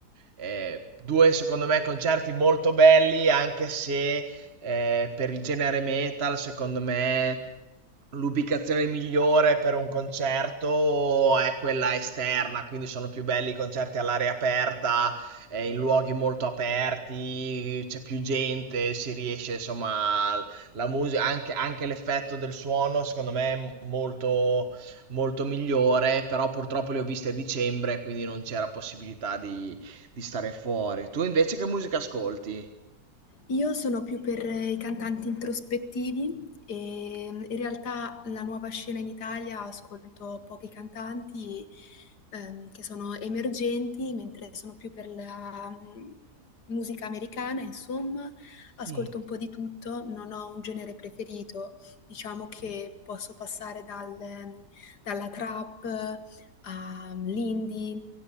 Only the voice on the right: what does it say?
Eh, due, secondo me, concerti molto belli, anche se eh, per il genere metal, secondo me, l'ubicazione migliore per un concerto è quella esterna, quindi sono più belli i concerti all'aria aperta, eh, in luoghi molto aperti, c'è più gente, si riesce, insomma, la musica, anche, anche l'effetto del suono, secondo me, è molto, molto migliore, però purtroppo le ho viste a dicembre, quindi non c'era possibilità di, di stare fuori. Tu invece che musica ascolti?
Ok.
Sì.